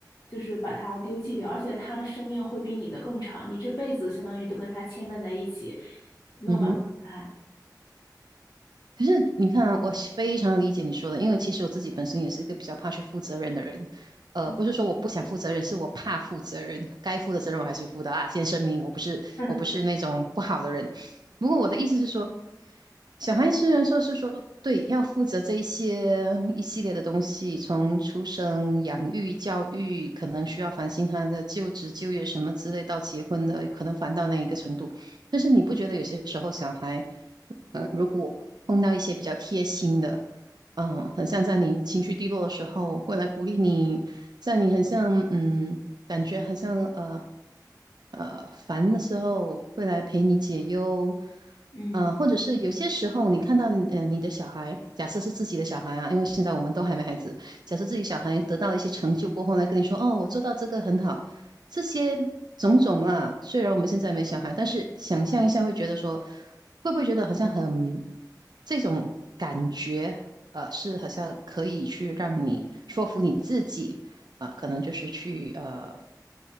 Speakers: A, on the left (about 70°); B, on the right (about 75°).
A: 就是把它丢弃掉，而且它的生命会比你的更长，你这辈子相当于都跟它牵绊在一起，没有办法分开。
B: 嗯哼。可是你看啊，我是非常理解你说的，因为其实我自己本身也是一个比较怕去负责任的人。呃，
A: 嗯
B: 不是说我不想负责任，是我怕负责任，该负的责任我还是负的啊。先声明，我不是我不是那种不好的人。
A: <laughs>
B: 不过我的意思是说。小孩虽然说是说对，要负责这一些一系列的东西，从出生、养育、教育，可能需要烦心他的就职、就业什么之类，到结婚的，可能烦到那一个程度。但是你不觉得有些时候小孩，嗯，如果碰到一些比较贴心的，嗯、很像在你情绪低落的时候会来鼓励你，在你很像嗯，感觉很像呃呃烦的时候会来陪你解忧，
A: 嗯。
B: 呃，或者是有些时候你看到你呃你的小孩，假设是自己的小孩啊，因为现在我们都还没孩子，假设自己小孩得到了一些成就过后来跟你说，哦，我做到这个很好，这些种种啦，虽然我们现在没小孩，但是想象一下会觉得说，会不会觉得好像很这种感觉，呃，是好像可以去让你说服你自己。啊，可能就是去呃